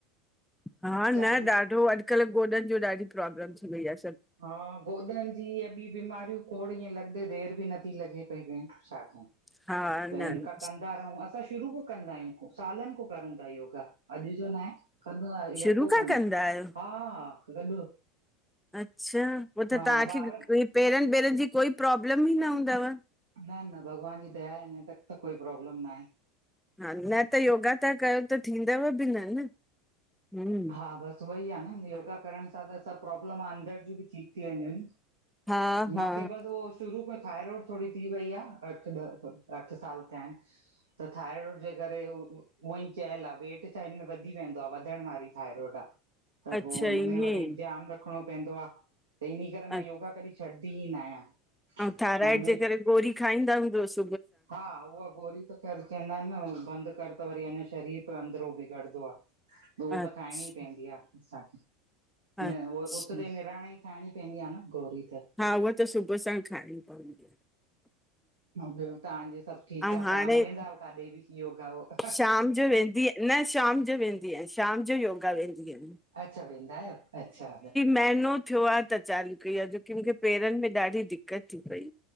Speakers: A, in the centre; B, on the right.
A: हा
B: चाली
A: न ॾाढो अॼुकल्ह गोॾनि जी ॾाढी प्रॉब्लम थी वई आ।
B: हा गोडन जी ऐ बी बीमारियूं खोड़ ईअं लॻंदे देरि बि नथी लॻे हे भी ऐन छा कन?
A: हा न
B: त
A: न,
B: हिन खां कंदा रहूं असां शुरू खां कंदा आहियूं सालनि खां करयूं था योगा। अॼु जो न आहे। कंदो आ यको
A: शुरू खां
B: कंदा
A: आहियो
B: हा-हा गॾु
A: अच्छा पो त
B: हा
A: तव्हांखे
B: ॿारनि
A: पेरनि ॿेरनि जी कोई प्रॉब्लमं ही न हूंदव।
B: न न भॻवान जी दया आहे अंजा तक त कोई प्रोब्लम न आहे।
A: हा न त योगा ता कयों त थींदव बि न- न। हम्म
B: हा बसि वोई आ न योगा करण सां त सभु प्रब्लम अंदरि जी भी ठीक थी वेंदियु अन।
A: हा हा
B: मांगे बस शुरू न थायराइड थोड़ी थी वई आ अठ, ॾह अठ साल थिया आहिनि। त थायरॉइड जे करे उअई चयल आ वेट छा हिनन में वधी वेंदो आ वधण वारी थायरोड आ। त
A: अच्छा
B: पो हुन
A: ईअं
B: में वरी ध्यान रख रखणो पवंदो आ। त इन करे मां
A: अ-
B: योगा कॾी छॾंदीही न आहियां।
A: ऐं थायराइड
B: हमे
A: जे करे गोरी खाईंदा हूंदोसि
B: हा उहा गोरी त कर चयंदा आहिनि न बंदि कर त वरी ऐना शरीर प अंदरो बिगड़ंदो आ। हो
A: अच्छा
B: त खायणी पैंदी आ असांखे। न
A: अच्छा
B: उह उतदे निराणे ई खाइणी पैंदी आ न गौरी त
A: हा उहा त सुबुह सांण खाइणी पवंदी आ।
B: ह ॿियो तव्हांजे सभु ठीकु
A: ऐं
B: आ?
A: हाणे
B: तव्हां न वेंदाओ काडे बि योगा-वोगा
A: शाम जो वेंदी न शाम जो वेंदी आहियां, शाम जो योगा वेंदी आहियां।
B: अच्छा वेंदायव अच्छा
A: मेहनो थियो आ त चालू कई आ जोकी मूंखे पेरनि में ॾाढी दिक्क़त थी पई।